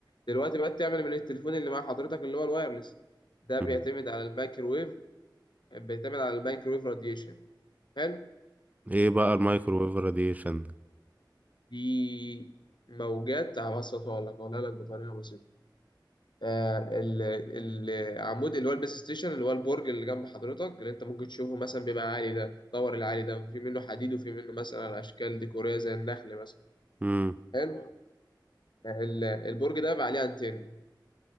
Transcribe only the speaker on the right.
أمم.
ايه بقى المايكروويف راديشن ده
امم